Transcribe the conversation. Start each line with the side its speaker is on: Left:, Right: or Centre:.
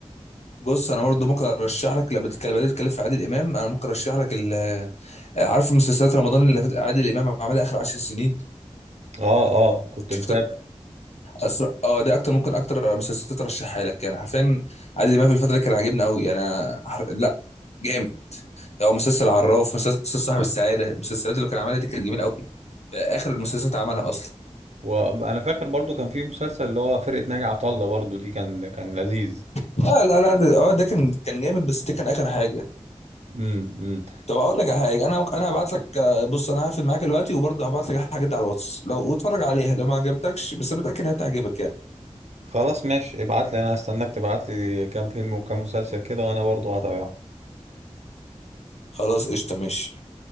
Left: بص انا برضه ممكن ارشح لك لو بتتكلم بدأت تتكلم في عادل امام انا ممكن ارشح لك ال- عارف مسلسلات رمضان اللي فاتت عادل امام عملها اخر 10 سنين
Right: اه اه كنت
Left: شفتها
Right: متابع
Left: أسر- اه دي اكتر ممكن اكتر مسلسلات ارشحها لك يعني حرفيا عادل امام في الفتره دي كان عاجبني قوي يعني أنا حر... لا جامد هو مسلسل عراف مسلسل صاحب السعاده المسلسلات اللي كان عملها دي كانت جميله قوي اخر المسلسلات عملها اصلا
Right: وانا فاكر برضو كان في مسلسل اللي هو فرقة ناجي عطا الله برضو دي كان كان لذيذ
Left: لا لا لا ده- اه ده كان كان جامد بس ده كان اخر حاجه
Right: امم امم
Left: طب اقول لك على حاجه انا ممكن انا هبعت لك آه، بص انا هقفل معاك دلوقتي وبرضه هبعت لك حاجات على الواتس لو اتفرج عليها لو ما عجبتكش بس انا متاكد هتعجبك يعني
Right: خلاص ماشي ابعت لي انا هستناك تبعت لي كام فيلم وكام مسلسل كده وانا برضو هتابعهم
Left: خلاص قشطه ماشي